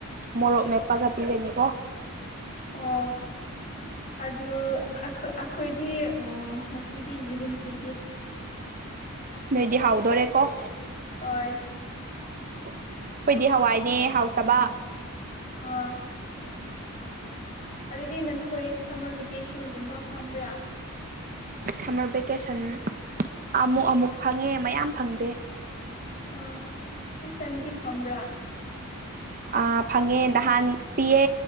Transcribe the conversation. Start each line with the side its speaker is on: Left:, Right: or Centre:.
Right: ꯃꯣꯔꯣꯛ ꯃꯦꯠꯄꯒ ꯄꯤꯒꯅꯤ ꯀꯣ
Left: ꯑꯣ ꯑꯗꯨ ꯑꯩꯈꯣꯏꯗꯤ ꯉꯁꯤꯗꯤ ꯌꯦꯔꯨꯝ ꯄꯤꯒꯦ
Right: ꯅꯣꯏꯗꯤ ꯍꯥꯎꯗꯣꯔꯦꯀꯣ
Left: ꯍꯣꯏ
Right: ꯑꯩꯈꯣꯏꯗꯤ ꯍꯋꯥꯏꯅꯦ ꯍꯥꯎꯇꯕ
Left: ꯑꯥ ꯑꯗꯨꯗꯤ ꯅꯈꯣꯏ ꯁꯝꯃꯔ ꯚꯦꯀꯦꯁꯟꯒꯨꯝꯕ ꯐꯝꯕ꯭ꯔꯥ
Right: ꯁꯝꯃꯔ ꯚꯦꯀꯦꯁꯟ ꯑꯃꯨꯛ ꯑꯃꯨꯛ ꯐꯪꯉꯦ ꯃꯌꯥꯝ ꯐꯪꯗꯦ
Left: ꯑꯣ ꯇꯤꯁ ꯇꯥꯏꯝꯗꯤ ꯐꯝꯕ꯭ꯔꯥ
Right: ꯑ ꯐꯪꯉꯦ ꯅꯍꯥꯟ ꯄꯤꯌꯦ